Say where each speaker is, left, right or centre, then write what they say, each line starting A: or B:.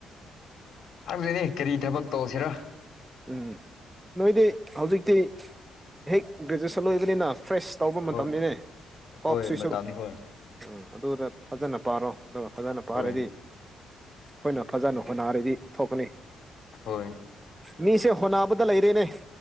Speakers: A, on the left (about 55°); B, on the right (about 15°).
A: ꯈꯪꯗꯦꯅ‌ꯦ ꯀꯔꯤ ꯊꯕꯛ ꯇꯧꯁꯤꯔꯥ
B: ꯎꯝ ꯅꯣꯏꯗꯤ ꯍꯧꯖꯤꯛꯇꯤ ꯍꯦꯛ ꯒ꯭ꯔꯦꯖꯨꯌꯦꯁꯟ ꯂꯣꯏꯕꯅꯤꯅ ꯐ꯭ꯔꯦꯁ ꯇꯧꯕ ꯃꯇꯝꯅꯤꯅꯦ
A: ꯍꯣꯏ
B: ꯀꯣꯛꯁꯤꯁꯨ
A: ꯍꯣꯏ ꯃꯇꯝꯅꯤ ꯍꯣꯏ
B: ꯎꯝ ꯑꯗꯨꯗ ꯐꯖꯅ ꯄꯥꯔꯣ ꯑꯗꯨꯒ ꯐꯖꯅ ꯄꯥꯔꯗꯤ
A: ꯍꯣꯏ
B: ꯑꯩꯈꯣꯏꯅ ꯐꯖꯅ ꯍꯣꯠꯅꯔꯗꯤ ꯊꯣꯛꯀꯅꯤ
A: ꯍꯣꯏ
B: ꯃꯤꯁꯦ ꯍꯣꯠꯅꯕꯗ ꯂꯩꯔꯦꯅꯦ